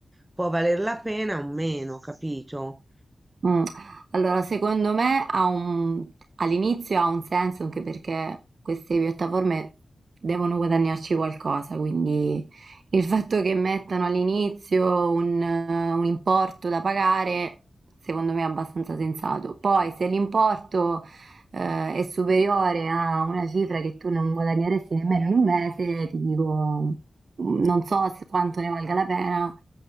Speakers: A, on the right; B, on the right.
A: può valer la pena o meno, capito?
B: Mh, allora secondo me ha un all'inizio ha un senso anche perché queste piattaforme devono guadagnarci qualcosa, quindi il fatto che mettano all'inizio un eh, un importo da pagare, secondo me è abbastanza sensato. Poi se l'importo, ehm, è superiore a una cifra che tu non guadagneresti nemmeno in un mese, ti dico non so se quanto ne valga la pena,